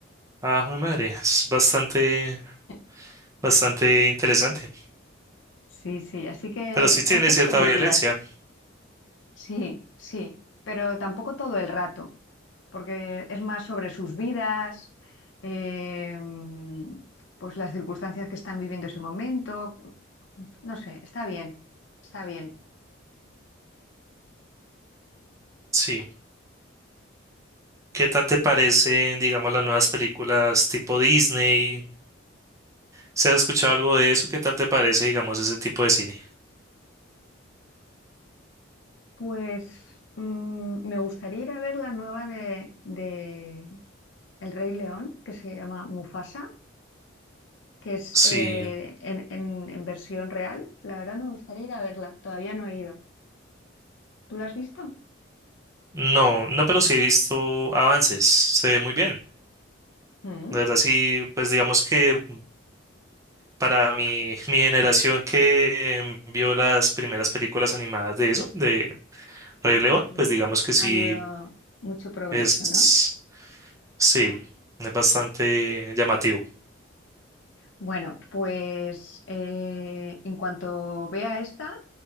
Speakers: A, on the right; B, on the left.
A: Ah, jue madre, es bastante,
B: <laughs>
A: bastante interesante.
B: Sí, sí, así que
A: Pero sí
B: esas
A: tiene
B: dos
A: cierta
B: películas.
A: violencia,
B: Sí, sí, pero tampoco todo el rato, porque es más sobre sus vidas, eh, mm, pues las circunstancias que están viviendo ese momento. No sé, está bien, está bien.
A: sí. ¿Qué tal te parecen, digamos, las nuevas películas tipo Disney? ¿Se has escuchado algo de eso? ¿Qué tal te parece, digamos, ese tipo de cine?
B: Pues mm, me gustaría ir a ver la nueva de, de El Rey León, que se llama Mufasa, que es
A: Sí,
B: eh, en, en- en versión real. La verdad me gustaría ir a verla, todavía no he ido. ¿Tú la has visto?
A: no, no, pero sí he visto avances, se ve muy bien.
B: Mm,
A: De verdad, sí, pues digamos que para mi, mi generación que em, vio las primeras películas animadas de eso, de Rey León,
B: Sí.
A: pues digamos que sí,
B: Ha habido mucho progreso,
A: es,
B: ¿no?
A: sí, es bastante llamativo.
B: Bueno, pues eh, en cuanto vea esta